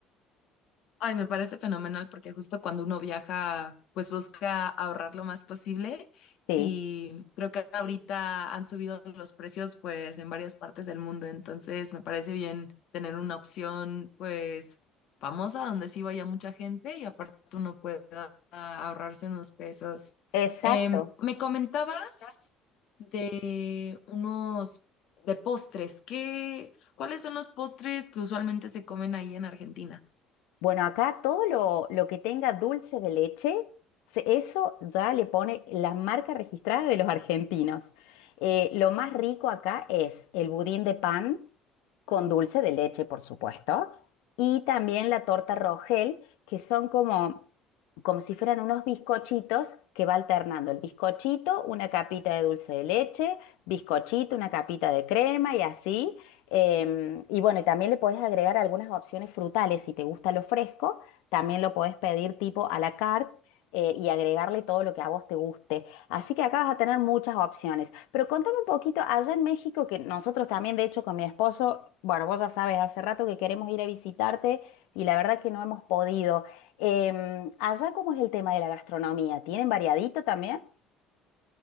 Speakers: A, on the left (about 60°); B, on the left (about 85°).
A: Ay, me parece fenomenal porque justo cuando uno viaja, pues busca ahorrar lo más posible
B: Sí,
A: y creo que ahorita han subido los precios pues en varias partes del mundo, entonces me parece bien tener una opción pues famosa donde sí vaya mucha gente y aparte uno pueda ahorrarse unos pesos.
B: exacto.
A: Em, me comentabas de unos de postres, ¿qué, cuáles son los postres que usualmente se comen ahí en Argentina?
B: Bueno, acá todo lo, lo que tenga dulce de leche, se- eso ya le pone la marca registrada de los argentinos. Eh, lo más rico acá es el budín de pan con dulce de leche, por supuesto, y también la torta Rogel, que son como, como si fueran unos bizcochitos que va alternando el bizcochito, una capita de dulce de leche, bizcochito, una capita de crema y así. Em, y bueno, y también le podés agregar algunas opciones frutales. Si te gusta lo fresco, también lo podés pedir tipo a la carte eh, y agregarle todo lo que a vos te guste. Así que acá vas a tener muchas opciones. Pero contame un poquito, allá en México, que nosotros también, de hecho, con mi esposo, bueno, vos ya sabes, hace rato que queremos ir a visitarte y la verdad que no hemos podido. Em, allá, ¿cómo es el tema de la gastronomía? ¿Tienen variadito también?